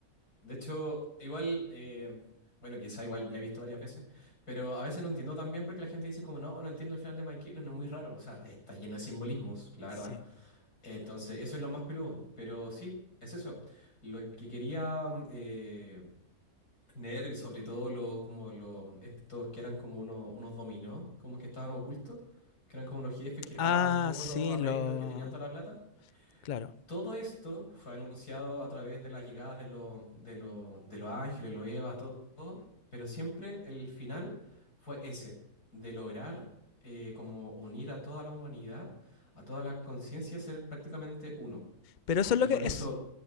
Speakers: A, on the left; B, on the left.
A: De hecho, igual, eh, bueno, quizá igual la he visto varias veces, pero a veces no entiendo tan bien porque la gente dice como, no, no entiendo el final de Mike no es muy raro, o sea, está lleno de simbolismos, la verdad.
B: Sí.
A: Entonces, eso es lo más peludo. Pero sí, es eso. Lo que quería eh, Nerv y sobre todo los, como los, estos que eran como unos, unos dominó, como que estaban ocultos, que eran como los jefes que pagaban
B: Ah,
A: todos
B: sí,
A: los arreglos,
B: lo...
A: que tenían toda la plata.
B: Claro.
A: Todo esto fue anunciado a través de las llegadas de los, de los, de los ángeles, los Evas, todo, todo, pero siempre el final fue ese, de lograr eh, como unir a toda la humanidad, a toda la conciencia, ser prácticamente uno.
B: Pero eso
A: Y
B: es lo
A: con
B: que
A: eso,
B: es...